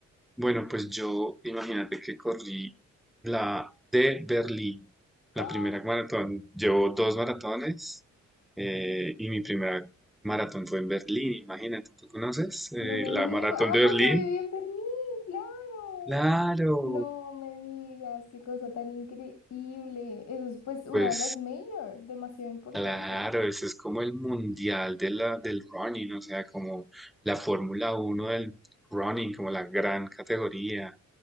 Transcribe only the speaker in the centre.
Bueno, pues yo imagínate que corrí la de Berlín, la
primera maratón. Llevo dos maratones eh, y mi primera maratón fue en Berlín, imagínate, ¿tú conoces eh,
la
maratón
de
Berlín?
Claro.
Pues
Claro, ese es como el mundial de la, del running, o sea, como la Fórmula Uno del running, como la gran categoría